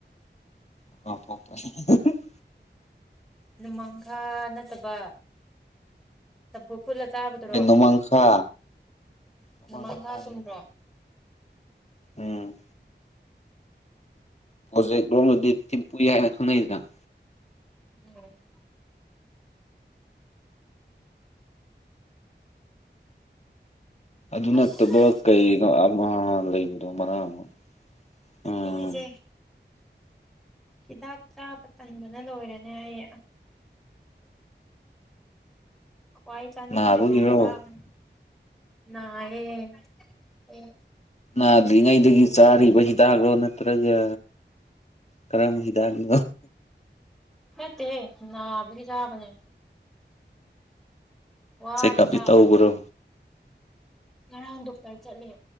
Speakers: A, on the left (about 35°); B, in the centre.
A: <unintelligible>
B: ꯅꯨꯃꯥꯡꯈꯥ ꯅꯠꯇꯕ꯫ ꯆꯝꯐꯨꯠ ꯐꯨꯠꯂ ꯆꯥꯕꯗꯔꯣ
A: ꯍꯣꯏ ꯅꯣꯃꯥꯡꯈꯥ ꯅꯣꯃꯥꯡꯈꯥꯅꯤ
B: ꯅꯣꯃꯥꯡꯈꯥ ꯆꯨꯝꯕ꯭ꯔꯣ꯫
A: ꯍꯥꯏ ꯎꯝ꯫ ꯄ꯭ꯔꯣꯖꯦꯛ ꯂꯣꯝꯗꯗꯤ ꯊꯤꯝ ꯄꯨꯨꯏ ꯍꯥꯏꯅ ꯈꯪꯅꯩꯗꯅ꯫
B: ꯎꯝ꯫
A: ꯑꯗꯨ ꯅꯠꯇꯕ
B: ꯑꯁ
A: ꯀꯩꯅꯣ ꯑꯃ ꯂꯩꯕꯗꯣ ꯃꯅꯥ ꯑꯃ꯫ ꯎꯝ
B: ꯏꯁꯦ ꯍꯤꯗꯥꯛ ꯆꯥꯕ ꯇꯟꯕꯅ ꯂꯣꯏꯔꯦꯅꯦ ꯑꯩ꯫ ꯀ꯭ꯋꯥꯏ ꯆꯥꯅꯤꯡ
A: ꯅꯥꯕꯒꯤꯔꯣ
B: ꯗꯔꯤꯁꯦ ꯍꯤꯗꯥꯛꯅꯦ ꯅꯥꯏꯌꯦ ꯑꯩ꯫
A: ꯅꯥꯗ꯭ꯔꯤꯉꯩꯗꯒꯤ ꯆꯥꯔꯤꯕ ꯍꯤꯗꯥꯛꯂꯣ ꯅꯠꯇ꯭ꯔꯒ꯫ ꯀꯔꯝꯕ ꯍꯤꯗꯥꯛꯅꯣ꯫
B: ꯅꯠꯇꯦꯍꯦ ꯅꯥꯕꯒꯤ ꯆꯥꯕꯅꯦ꯫ ꯋꯥꯔꯦ
A: ꯆꯦꯀꯞꯇꯤ
B: ꯆꯥꯛ
A: ꯇꯧꯕꯔꯣ꯫
B: ꯍꯤꯗꯥꯛ ꯉꯔꯥꯡ ꯗꯣꯛꯇꯔ ꯆꯠꯂꯦ꯫